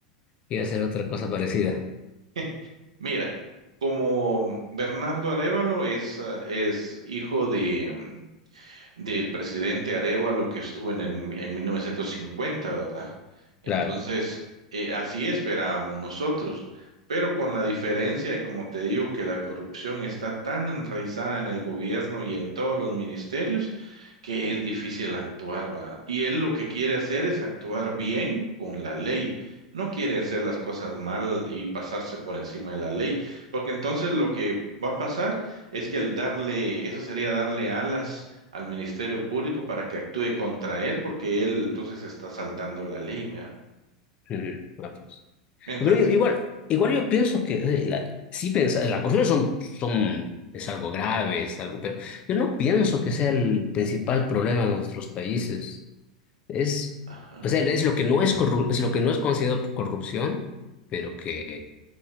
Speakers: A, on the left (about 35°); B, on the right (about 70°).
A: que iba a ser otra cosa parecida.
B: <laughs> mira, como Bernardo Arévalo es, ah, es hijo de, mm, del presidente Arevalo que estuvo en, en, en 1950, ¿verdad? Entonces,
A: Claro.
B: eh, así esperábamos nosotros, pero con la diferencia, y como te digo, que la corrupción está tan enraizada en el gobierno y en todos los ministerios que es difícil actuar, ¿va? Y él lo que quiere hacer es actuar bien con la ley. No quiere hacer las cosas mal y pasarse por encima de la ley, porque entonces lo que va a pasar es que el darle, eso sería darle alas al Ministerio Público para que actúe contra él porque él entonces está saltando la ley, ¿me
A: Mm, bueno, pues.
B: Mientras
A: Pero yo-
B: tanto,
A: igual, igual yo pienso que eh, la, sí pensa, las acusaciones son, son, es algo grave, es algo, pero yo no pienso que sea el principal problema de nuestros países. Es,
B: ajá,
A: o sea, es lo que no es corru- es lo que no es considerado corrupción, pero que,